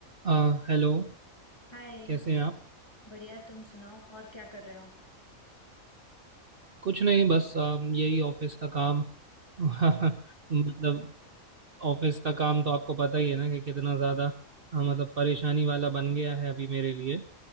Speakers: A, on the right; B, on the left.
A: अ, hello
B: हाय
A: कैसे हैं आप
B: बढ़िया तुम सुनाओ और क्या कर रहे हो
A: कुछ नहीं बस अ, यही ऑफिस का काम <laughs>
B: ऑफ
A: मतलब ऑफिस का काम तो आपको पता ही है ना कि कितना ज़्यादा अ, मतलब परेशानी वाला बन गया है अभी मेरे लिए